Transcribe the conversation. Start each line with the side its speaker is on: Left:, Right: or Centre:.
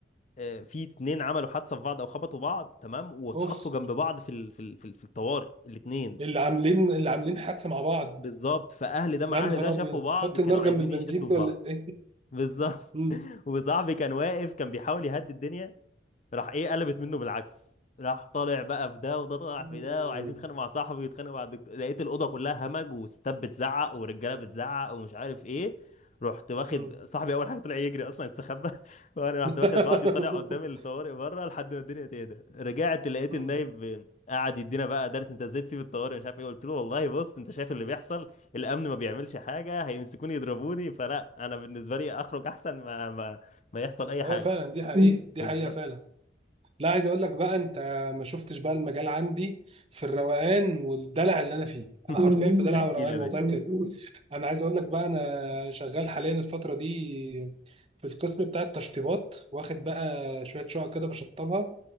Left: آه، في اتنين عملوا حادثه في بعض او خبطوا بعض تمام واتحطوا
Right: اوف
Left: جنب بعض في ال- في ال- في ال- في الطوارئ الاتنين
Right: اللي عاملين اللي عاملين حادثه مع بعض
Left: بالظبط فاهل ده مع
Right: يا نهار
Left: اهل ده شافوا
Right: ابيض
Left: بعض
Right: حط
Left: كانوا
Right: النار
Left: عايزين
Right: جنب البنزين
Left: يشدوا في
Right: ولا
Left: بعض
Right: ايه
Left: بالظبط
Right: مم.
Left: <laughs> وصاحبي كان واقف كان بيحاول يهدي الدنيا راح ايه قلبت منه بالعكس راح طالع بقى في ده وده طالع
Right: مم.
Left: في ده وعايزين يتخانقوا مع صاحبي ويتخانقوا مع الدكتور لقيت الاوضه كلها همج وستات بتزعق ورجاله بتزعق ومش عارف ايه رحت واخد
Right: مم.
Left: صاحبي اول حاجه طلع يجري اصلا استخبى <laughs> وانا
Right: <laughs>
Left: رحت واخد بعضي وطالع قدام الطوارئ بره لحد ما الدنيا تهدى رجعت لقيت
Right: مم.
Left: النايب قاعد يدينا بقى درس انت ازاي تسيب الطوارئ مش عارف ايه قلت له والله بص انت شايف اللي بيحصل الامن ما بيعملش حاجه هيمسكوني يضربوني فلا انا بالنسبه لي اخرج احسن ما ما ما يحصل اي حاجه
Right: ايوه فعلا دي حقيقة مم. دي
Left: بالظبط
Right: حقيقة فعلا لا عايز اقول لك بقى انت ما شفتش بقى المجال عندي في الروقان والدلع اللي انا فيه
Left: <laughs>
Right: انا حرفيا في دلع
Left: احكي
Right: وروقان
Left: لي يا باشا
Right: والله بجد انا عايز اقول لك بقى انا شغال حاليا الفترة دي في القسم بتاع التشطيبات واخد بقى شوية شقق كده بشطبها